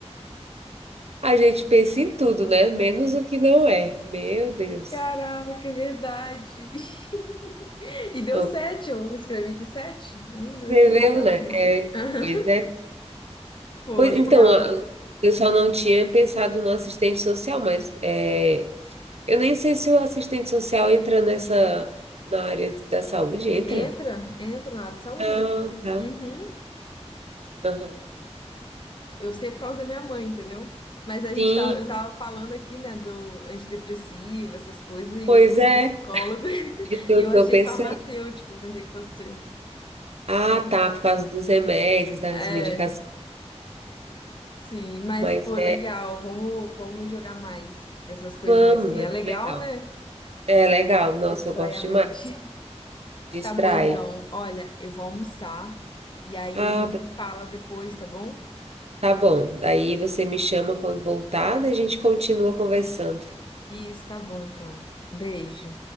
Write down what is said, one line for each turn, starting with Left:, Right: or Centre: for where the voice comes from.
Right: A gente pensa em tudo, né? Menos o que não é. Meu Deus.
Left: Caraca, é verdade. <laughs> E deu
Right: Eu
Left: sete, eu escrevi aqui sete. Um, dois,
Right: escreveu,
Left: três, quatro,
Right: né?
Left: cinco,
Right: É,
Left: seis. <laughs>
Right: pois é.
Left: Pô,
Right: Pois,
Left: legal.
Right: então, eu eu só não tinha pensado no assistente social, mas é, eu nem sei se o assistente social entra nessa, na área da saúde, entra?
Left: Entra, entra na área de saúde.
Right: Ah, tá.
Left: Uhum.
Right: Aham.
Left: Eu sei por causa da minha mãe, entendeu? Mas a gente
Right: Sim,
Left: tava, eu tava falando aqui, né, do antidepressivo, essas coisas, e
Right: pois é.
Left: psicólogo, <laughs>
Right: Isso é
Left: e
Right: o
Left: eu
Right: que
Left: achei
Right: eu pensei.
Left: farmacêutico, eu pensei que fosse. ser.
Right: Ah, tá, por causa dos remédios, das
Left: É,
Right: medicações.
Left: sim, mas,
Right: Mas
Left: pô, legal,
Right: é,
Left: vamos, vamos jogar mais dessas coisinhas
Right: vamos,
Left: assim.
Right: é
Left: É
Right: bem
Left: legal,
Right: legal.
Left: né?
Right: É legal, nossa,
Left: Distrai
Right: eu gosto
Left: a
Right: demais.
Left: mente.
Right: Distrai.
Left: Tá bom, então. Olha, eu vou almoçar, e aí
Right: Ah,
Left: a gente se fala depois, tá bom?
Right: tá bom. Daí você me chama quando voltar, daí a gente continua conversando.
Left: Isso, tá bom, então. Beijo.